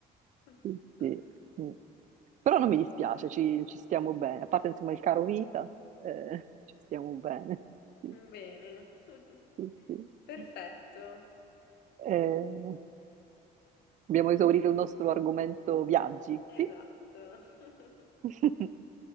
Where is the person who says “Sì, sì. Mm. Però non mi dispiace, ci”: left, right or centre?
Right